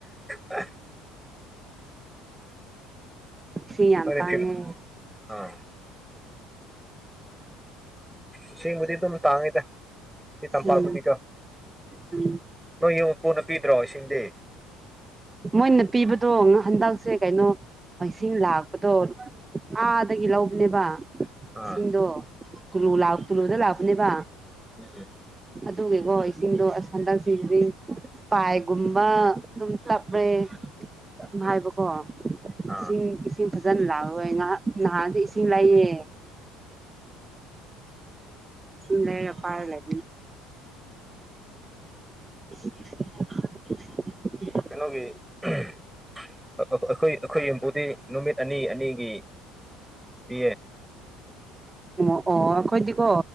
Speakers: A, in the centre; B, on the right (about 20°).
A: ꯑ
B: ꯁꯤꯤꯌꯥ
A: ꯅꯣꯏꯗꯤ
B: ꯇꯉꯦ
A: ꯐꯤ ꯑꯥ ꯏꯁꯤꯡꯕꯨꯗꯤ ꯑꯗꯨꯝ ꯇꯥꯡꯉꯤꯗ ꯇꯝꯄꯥꯛꯄꯨꯗꯤꯀꯣ
B: ꯎꯝ ꯎꯝ
A: ꯅꯣꯏ ꯌꯨꯝ ꯃꯄꯨꯅ ꯄꯤꯗ꯭ꯔꯣ ꯏꯁꯤꯡꯗꯦ
B: ꯃꯣꯏꯅ ꯄꯤꯕꯗꯣ ꯉ ꯍꯟꯗꯛꯁꯦ ꯀꯩꯅꯣ ꯏꯁꯤꯡ ꯂꯥꯛꯄꯗꯣ ꯑꯥꯗꯒꯤ ꯂꯧꯕꯅꯦꯕ
A: ꯑꯥ
B: ꯏꯁꯤꯡꯗꯣ ꯇꯨ ꯇꯨꯂꯨꯗ ꯂꯥꯛꯄꯅꯦꯕ
A: ꯎꯝ
B: ꯇꯨꯒꯤꯦꯀꯣ ꯏꯁꯤꯡꯗꯣ ꯑꯁ ꯍꯟꯗꯛꯁꯤ ꯄꯥꯏꯒꯨꯝꯕ ꯑꯗꯨ ꯇꯥꯄꯔꯦꯚꯥꯏꯕꯀꯣ
A: ꯎꯝ
B: ꯀ
A: ꯑꯥ
B: ꯁꯤ ꯀꯤꯁ ꯐꯖꯅ ꯂꯥꯛꯑꯣꯏ ꯉꯍꯥꯛ ꯅꯍꯥꯟꯁꯨ ꯏꯁꯤꯡ ꯂꯩꯥꯏꯌꯦ ꯁꯤ ꯂꯩ ꯌꯥ ꯄꯥꯏ ꯂꯩ
A: ꯎ
B: <unintelligible>
A: ꯀꯩꯅꯣꯒꯤ ꯑꯩꯈꯣꯏ ꯑꯩꯈꯣꯏ ꯌꯨꯝꯕꯨꯨꯗꯤ ꯅꯨꯃꯤꯠ ꯑꯅꯤ ꯑꯅꯤꯒꯤ ꯄꯦ
B: ꯑꯣ ꯑꯣ ꯑꯩꯈꯣꯏꯗꯤꯀꯣ